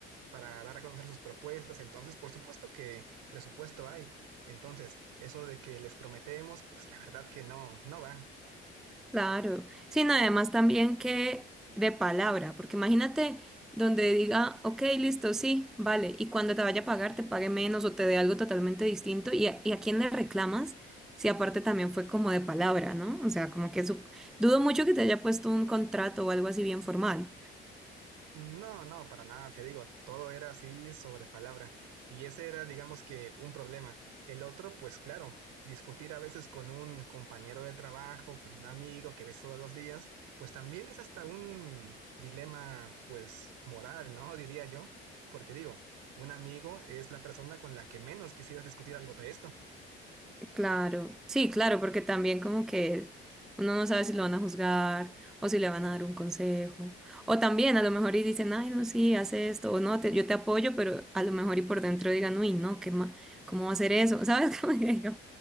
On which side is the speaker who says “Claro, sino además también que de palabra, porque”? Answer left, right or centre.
Centre